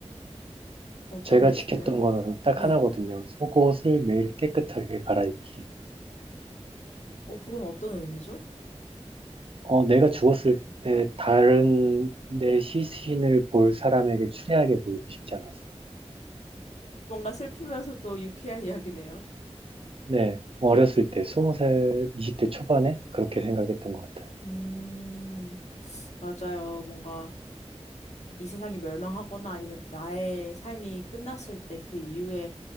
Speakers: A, on the left (about 80°); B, on the right (about 55°).
A: 어떤
B: 제가
A: 말씀이세요?
B: 지켰던 거는 딱
A: 네.
B: 하나거든요. 속옷을 매일 깨끗하게 갈아입기.
A: 어, 그건 어떤 의미죠?
B: 어, 내가 죽었을 때 다른 내 시신을 볼 사람에게 추리하게 보이고 싶지 않았어요.
A: 뭔가 슬프면서도 유쾌한 이야기네요.
B: 네. 어렸을 때, 20살, 이십 대 초반에 그렇게 생각했던 것 같아요.
A: 음. 맞아요. 뭔가 이 세상이 멸망하거나 아니면 나의 삶이 끝났을 때 그 이후에